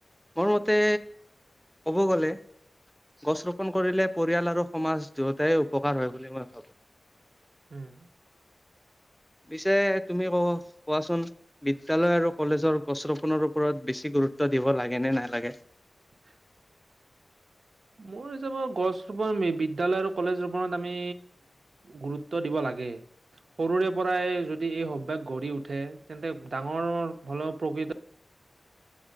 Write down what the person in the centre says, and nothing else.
মোৰ মতে ক'ব গলে গছ ৰোপন কৰিলে পৰিয়াল আৰু সমাজ দুয়োটাই উপকাৰ হয় বুলি মই ভাবো
পিছে তুমি ক কোৱাচোন বিদ্যালয় আৰু কলেজৰ গছ ৰোপনৰ ওপৰত বেছি গুৰুত্ব গুৰুত্ব দিব লাগে নে নালাগে